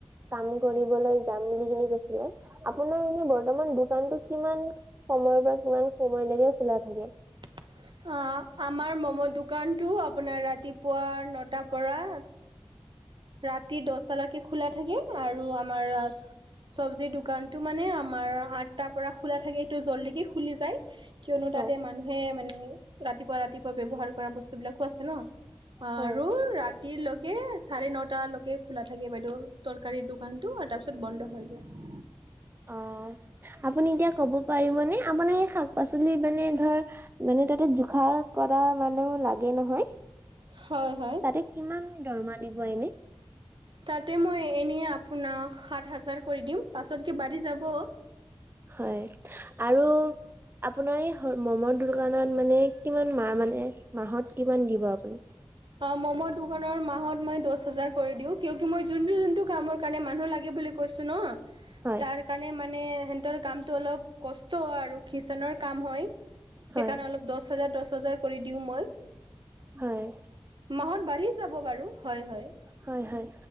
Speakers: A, on the right; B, on the right.
A: কাম কৰিবলৈ যাম বুলি কিনি কৈছিলে আপোনাৰ এনেই বৰ্তমান দোকানতটো কিমান সময়ৰ পৰা কিমান সময় লৈকে খোলা থাকে
B: <unintelligible> অ আমাৰ ম'ম' দোকানটো আপোনাৰ ৰাতিপুৱা নতাৰ পৰা ৰাতি দহটালৈকে খোলা থাকে আৰু আমাৰ চব্জিৰ দোকানতটো মানে আমাৰ আঠটাৰ পৰা খোলা থাকে সেইটো জল্দিকেই খুলি যায় কিয়নো
A: হয়
B: তাতে মানুহে মানে ৰাতিপুৱা ৰাতিপুৱা ব্যৱহাৰ কৰা বস্তুবিলাকো আছে ন অ
A: হয়।
B: আৰু ৰাতি ৰাতিলৈকে চাৰে নটালৈকে খোলা থাকে বাইদেউ তৰকাৰীৰ দোকানতটো আৰু তাৰপিছত বন্ধ হৈ যায়
A: অ আপুনি এতিয়া কব পাৰিবনে আপোনাৰ এই শাক পাচলি মানে ধৰ মানে তাতে জোখা কৰা মানুহ লাগে নহয়
B: হয় হয়
A: তাতে কিমান দৰমহা দিব এনে
B: তাতে মই এনেই আপোনাক সাত হাজাৰ কৈ দিম পাছতকৈ বাঢ়ি যাব
A: হয় আৰু আপোনাৰ এই মমৰ দোকানত মানে কিমান মাহ মানে মাহত কিমান দিব আপুনি
B: অ মম দোকানৰ মাহত মই দহহাজাৰ কৰি দিও কিয়োকি মই যোনটো যোনটো কামৰ কাৰণে মানুহ লাগে বুলি কৈছো ন
A: হয়
B: তাৰ কাৰণে মানে সেতৰ কামটো অলপ কষ্ট আৰু কিচেনৰ কাম হয় সেইকাৰণে
A: হয়
B: অলপ দহ হাজাৰ দহ হাজাৰ কৰি দিওঁ মই
A: হয়
B: মাহত বাঢ়ি যাব বাৰু হয় হয়
A: হয় হয়